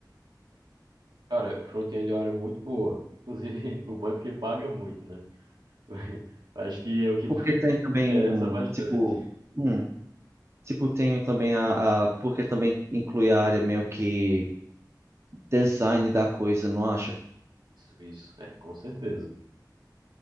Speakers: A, on the right; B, on the right.
A: Cara, front-end é uma área muito boa. Inclusive, <laughs> o bom é porque paga muito, né? <laughs> Acho que é o que
B: Porque
A: <laughs>
B: tem também
A: interessa
B: um,
A: bastante.
B: tipo, hum, tipo, tem também a, a. Porque também inclui a área meio que design da coisa, não acha?
A: Isso, isso. É, com certeza.